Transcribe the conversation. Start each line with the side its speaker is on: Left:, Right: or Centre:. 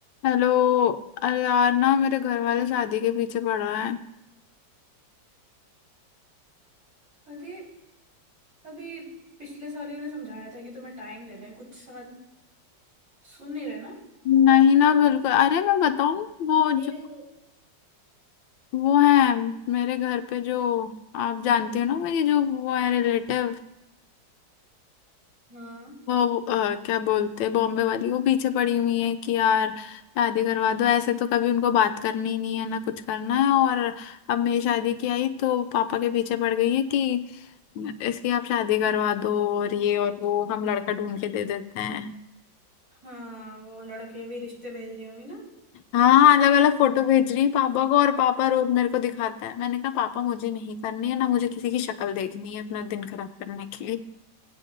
Left: Hello अरे यार ना मेरे घर वाले शादी के पीछे पड़ रहे हैं
Right: अरे अभी पिछले साल ही उन्हें समझाया था कि तुम्हें टाइम दे दें कुछ साल सुन नहीं रहे ना
Left: नहीं ना बिल्कुल अरे मैं बताऊं वो
Right: तेरे
Left: जो वो है मेरे घर पे जो आप जानती हो ना मेरी जो वो है रिलेटिव
Right: हाँ
Left: वो अ, क्या बोलते हैं बॉम्बे वाली वो पीछे पड़ी हुई है कि यार शादी करवा दो ऐसे तो कभी उनको बात करनी ही नहीं है ना कुछ करना है और अब मेरी शादी की आई तो पापा के पीछे पड़ गई है कि इसकी आप शादी करवा दो और ये और वो हम लड़का ढूंढ के दे देते हैं
Right: हाँ वो लड़के भी रिश्ते भेज रही होंगी ना
Left: हाँ अलग अलग फोटो भेज रही है पापा को और पापा रोज मेरे को दिखाता है मैंने कहा पापा मुझे नहीं करनी है ना मुझे किसी की शक्ल देखनी है अपना दिन खराब करने के लिए